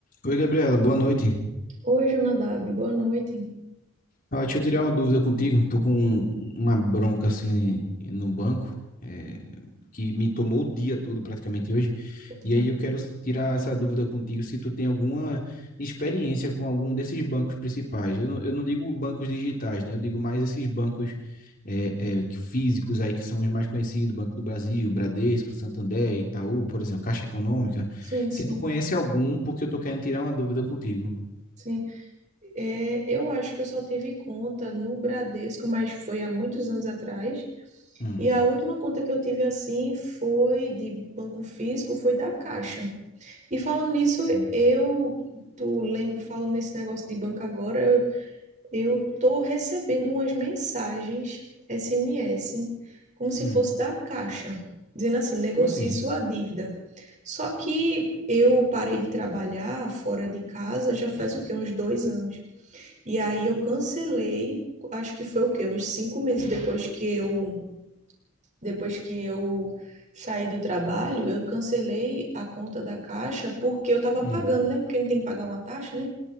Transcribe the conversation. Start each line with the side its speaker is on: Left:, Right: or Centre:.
Left: Oi, Gabriela, boa noite.
Right: Oi, Jonadab, boa noite.
Left: Ah, deixa eu tirar uma dúvida contigo. Tô com uma bronca assim no banco, eh, que me tomou o dia todo praticamente hoje.
Right: Eita,
Left: E aí eu quero tirar essa dúvida contigo se tu tem alguma experiência com algum desses bancos principais. Eu não, eu não digo bancos digitais, né? Eu digo mais esses bancos eh, eh, que- físicos aí que são os mais conhecidos, Banco do Brasil, Bradesco, Santander, Itaú, por exemplo, Caixa Econômica.
Right: sim,
Left: Se
Right: sim,
Left: tu conhece algum, porque eu tô querendo tirar uma dúvida contigo.
Right: sim. É, eu acho que eu só tive conta no Bradesco, mas foi há muitos anos atrás.
Left: Hum,
Right: E a última conta que eu tive assim foi de banco físico, foi da Caixa. E falando nisso,
Left: sim.
Right: eu, tu lem- falando nesse negócio de banco agora, Eu tô recebendo umas mensagens SMS, como se
Left: Hum.
Right: fosse da Caixa, dizendo assim: negocie
Left: Como assim?
Right: sua dívida. Só que eu parei de trabalhar fora de casa já faz o quê? Uns dois anos. E aí eu cancelei, acho que foi o quê? Uns cinco meses depois que eu, depois que eu saí do trabalho, eu cancelei a conta da Caixa porque eu estava
Left: Hum.
Right: pagando, né? Porque não tem que pagar uma taxa, né?